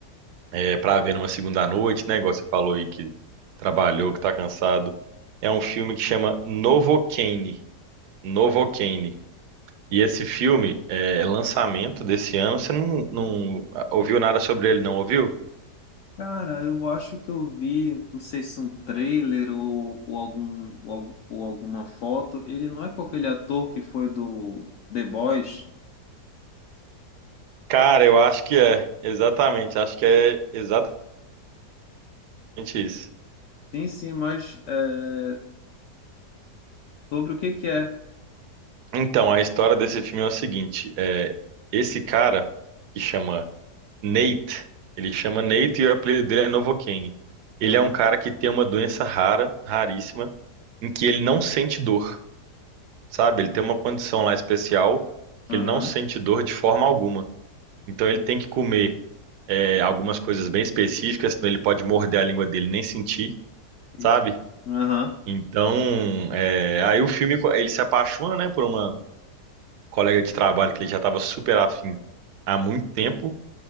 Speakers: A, on the right; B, on the left.
A: é, para ver numa segunda noite, né? Igual você falou aí que trabalhou, que tá cansado. É um filme que chama Novocaine. Novocaine. E esse filme é lançamento desse ano. Você não, não ouviu nada sobre ele, não ouviu?
B: Cara, eu acho que eu vi, não sei se um trailer ou, ou, algum, ou, al- ou alguma foto. Ele não é com aquele ator que foi do The Boys?
A: Cara, eu acho que é. Exatamente. Acho que é exatamente isso.
B: Sim, sim, mas é, sobre o que que é?
A: Então, a história desse filme é o seguinte: é, esse cara que chama Nate, ele chama Nate e o apelido dele é Novocaine. Ele
B: Aham,
A: é um cara que tem uma doença rara, raríssima em que ele não sente dor, sabe? Ele tem uma condição lá especial que
B: aham,
A: ele não sente dor de forma alguma. Então ele tem que comer é, algumas coisas bem específicas, senão ele pode morder a língua dele e nem sentir, sabe?
B: eita, aham,
A: Então, é, aí o filme co- ele se apaixona, né, por uma colega de trabalho que ele já estava super afim há muito tempo.